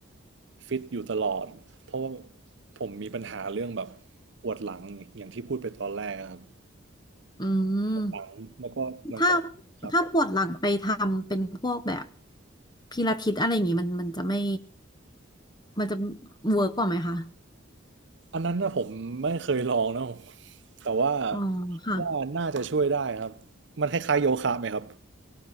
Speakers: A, on the right; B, on the left.
A: ฟิตอยู่ตลอดเพราะว่าผมมีปัญหาเรื่องแบบปวดหลังอย่างที่พูดไปตอนแรกอะครับ
B: อืม
A: หลังแล้วก็หลังจากครับ
B: ถ้าถ้าปวดหลังไปทำเป็นพวกแบบพิลาทิสอะไรอย่างงี้มันมันจะไม่มันจะเวิร์กกว่าไหมคะ
A: อันนั้นนะผมไม่เคยลองนะแต่ว่า
B: อ๋อค่ะ
A: ว่าน่าจะช่วยได้ครับมันคล้ายๆโยคะไหมครับ